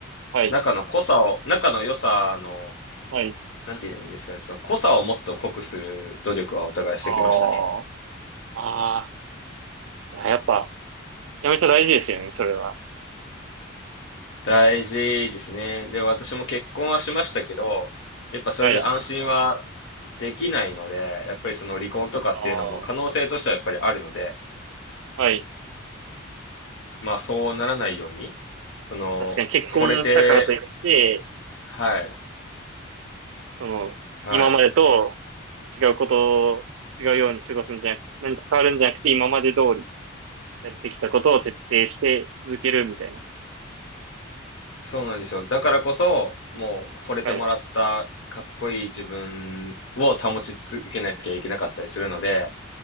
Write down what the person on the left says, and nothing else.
仲の濃さを、仲の良さの、
なんて言うんですかね、その濃さをもっと濃くする努力はお互いしてきましたね。
大事ですね。で、私も結婚はしましたけど、やっぱそれで安心は
できないので、やっぱりその離婚とかっていうのも可能性としてはやっぱりあるので、
まあそうならないように、その、
惚れて、はい、
はい。
そうなんですよ。だからこそ、もう惚れてもらったかっこいい自分を保ち続けなきゃいけなかったりするので、